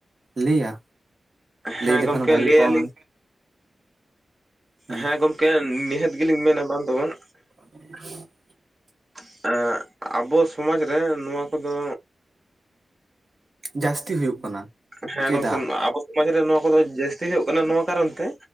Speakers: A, on the right; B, on the right.
A: ᱞᱟᱹᱭᱟ?
B: ᱦᱮᱸ
A: ᱞᱟᱹᱭ ᱞᱮᱠᱷᱟᱱ
B: ᱜᱚᱢᱠᱮ
A: ᱵᱷᱟᱜᱤ
B: ᱞᱟᱹᱭ
A: ᱠᱚᱜᱣᱟ
B: ᱟᱞᱤᱧ
A: ᱢᱮᱱ᱾ ᱦᱩᱸ
B: ᱦᱮᱸ ᱜᱚᱝᱠᱮ ᱱᱤᱦᱟᱹᱛ ᱜᱮᱞᱤᱧ ᱢᱮᱱᱟ ᱵᱟᱝ ᱫᱚ ᱵᱟᱝ᱾
A: <inaudible>
B: <unintelligible> ᱟᱵᱚ ᱥᱚᱢᱟᱡᱽ ᱨᱮ ᱱᱚᱣᱟ ᱠᱚᱫᱚ
A: ᱡᱟᱹᱥᱛᱤ ᱦᱩᱭᱩᱜ ᱠᱟᱱᱟ᱾
B: ᱦᱮᱸ
A: ᱪᱮᱫᱟᱜ
B: ᱜᱚᱝᱠᱮ ᱟᱵᱚ ᱥᱚᱢᱟᱡ ᱨᱮ ᱱᱚᱣᱟ ᱠᱚᱫᱚ ᱡᱟᱹᱥᱛᱤ ᱦᱩᱭᱩᱜ ᱠᱟᱱᱟ ᱱᱚᱣᱟ ᱠᱟᱨᱚᱱ ᱛᱮ